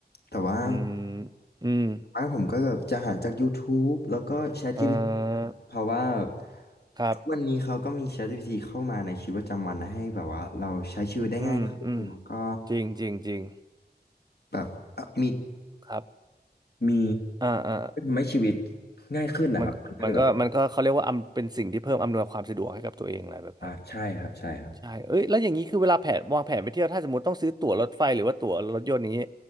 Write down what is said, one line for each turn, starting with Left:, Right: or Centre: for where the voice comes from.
Left: แต่ว่า
Right: อืมอืม
Left: อ่ะผมก็แบบจะหาจาก YouTube แล้วก็ ChatGPT
Right: เอ่อ
Left: นะครับเพราะว่า
Right: ครับ
Left: ทุกวันนี้เขาก็มี ChatGPT เข้ามาในชีวิตประจำวันให้แบบว่าเราใช้ชีวิตได้ง่ายขึ้นแล้วก็
Right: อืมอืมจริงจริงจริง
Left: แบบเอ่อมี
Right: ครับ
Left: มี
Right: อ่าอ่า
Left: ทำให้ชีวิตง่ายขึ้นนะครับมันก็เลยแบบ
Right: มันมันก็มันก็เขาเรียกว่าอำเป็นสิ่งที่เพิ่มอำนวยความสะดวกให้กับตัวเองอะไรแบบนั้น
Left: อ่าใช่ครับใช่ครับ
Right: ใช่เอ้ยแล้วอย่างนี้คือเวลาแผนวางแผนไปเที่ยวถ้าสมมติต้องซื้อตั๋วรถไฟหรือว่าตั๋วรถยนต์นี้